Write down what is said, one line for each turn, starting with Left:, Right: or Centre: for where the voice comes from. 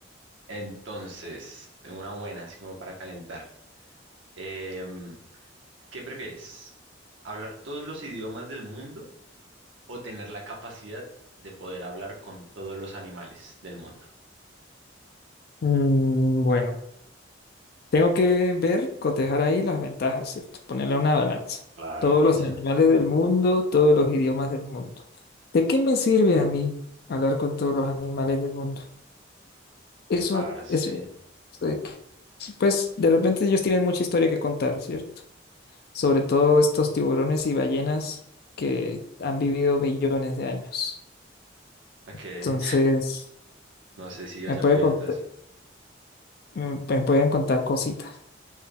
Right: Entonces, tengo una buena, así como para calentar. Em, ¿Qué prefieres? ¿Hablar todos los idiomas del mundo o tener la capacidad de poder hablar con todos los animales del mundo?
Left: Mm, bueno, tengo que ver, cotejar ahí las ventajas, ¿cierto? Ponerle una balanza.
Right: Claro,
Left: Todos
Right: piensa.
Left: los animales del mundo, todos los idiomas del mundo. ¿De qué me sirve a mí hablar con todos los animales del mundo? Eso,
Right: Parce.
Left: eso, eso de que- pues de repente ellos tienen mucha historia que contar, ¿cierto? sobre todo estos tiburones y ballenas que han vivido millones de años.
Right: Ok.
Left: Entonces,
Right: No sé si hayan
Left: me pueden
Right: vivido
Left: contar,
Right: todo eso.
Left: me me pueden contar cositas.